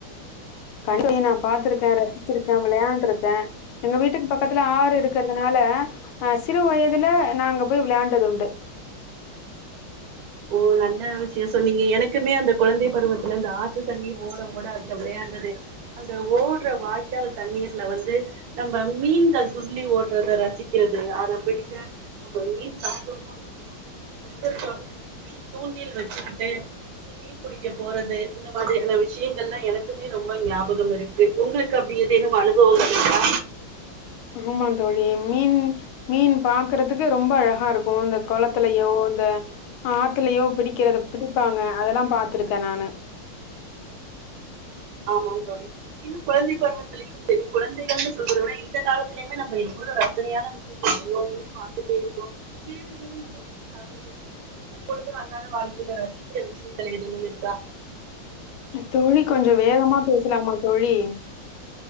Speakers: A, on the left; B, on the right.
A: <inaudible> நா பாத்திருக்கே ரசிச்சிருக்கே வெளையாண்ட்ருக்கே எங்க வீட்டுக்கு பக்கத்துல ஆறு இருக்குறதுனால அ சிறு வயதுல நாங்க போய் வெளையாண்டது உண்டு
B: ஓ நல்ல விஷய சொன்னீங்க எனக்குமே அந்த கொழந்தை பருவத்துல இந்த ஆத்து தண்ணி ஓட ஓட அதுல வெளையாண்டது அந்த ஓடுற வாய்க்கால் தண்ணீர்ல வந்து நம்ம மீன்கள் துள்ளி ஓடுறத ரசிக்கிறது அதப்பிடிங்க நம்ம மீன் சாப்றோமோ இல்லயோ நண்பர் <inaudible> தூண்டில் வெச்சுக்கிட்டு இது மீன் புடிக்க போறது இந்த மாதிரியான விஷயங்கள்லா எனக்குமே ரொம்ப ஞாபகம் இருக்கு உங்களுக்கு அப்டி ஏதேனும் அனுபவங்கள் இருக்கா
A: ஆமா தோழி மீன் மீன் பாக்குறதுக்கு ரொம்ப அழகா இருக் கு இந்த கொளத்துலயோ இந்த ஆத்துலயோ பிடிக்கிறத பிடிப்பாங்க அதெல்லா பாத்துருக்கே நானு
B: ஆமாம் தோழி இன்னு கொழந்தை பருவத்துல யு செரி கொழந்தைகள்னு சொல்றத விட இந்த காலத்திலயுமே நம்ம இவ்ளோ ரசனையான விஷ் அவ்ளோவையும் பாத்துட்டே இருக்கோ வேற
A: <inaudible>
B: ஏதேனும் <inaudible> இப்பொழுது அன்றாட வாழ்க்கையில ரசிக்கிற விஷயங்கள் ஏதேனும் இருக்கா
A: தோழி கொஞ்ச வேகமா பேசலாமா தோழி